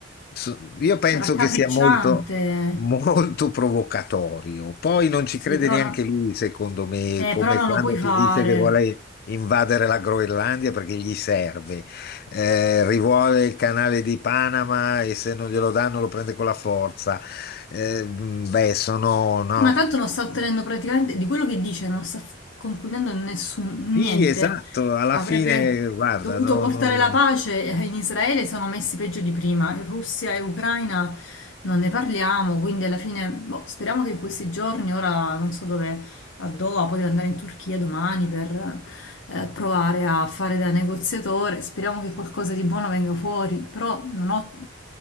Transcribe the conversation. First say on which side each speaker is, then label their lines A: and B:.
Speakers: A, on the left (about 55°); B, on the left (about 85°).
A: so- io penso
B: cioè, raccapricciante,
A: che sia molto, molto provocatorio. Poi non
B: sì,
A: ci crede
B: però,
A: neanche
B: no-
A: lui, secondo me,
B: eh,
A: come
B: però non
A: quando
B: lo puoi fare.
A: ti dice che vuole invadere la Groenlandia perché gli serve. Eh, rivuole il canale di Panama e se non glielo danno lo prende con la forza. Eh, mh, beh, sono, no.
B: Ma tanto non sta ottenendo praticamente di quello che dice, non sta f- concludendo nessun
A: Sì,
B: niente.
A: esatto, alla
B: Avrebbe
A: fine, guarda,
B: dovuto
A: no,
B: portare
A: no.
B: la pace e in Israele sono messi peggio di prima. In Russia e Ucraina non ne parliamo, quindi alla fine boh, speriamo che in questi giorni, ora non so dove, a Doha, poteva andare in Turchia domani per eh, provare a fare da negoziatore. Speriamo che qualcosa di buono venga fuori, però non ho